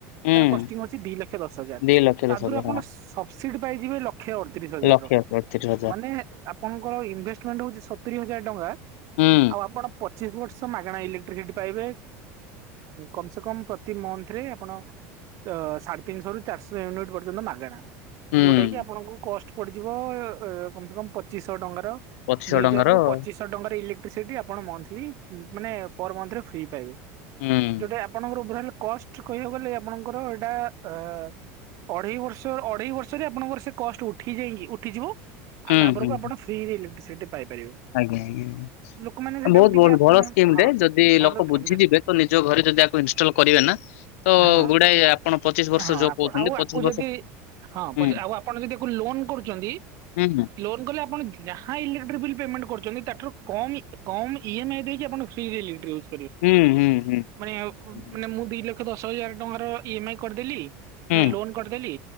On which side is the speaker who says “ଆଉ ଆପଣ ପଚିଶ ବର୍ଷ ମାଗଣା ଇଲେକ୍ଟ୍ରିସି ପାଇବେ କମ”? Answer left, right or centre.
Right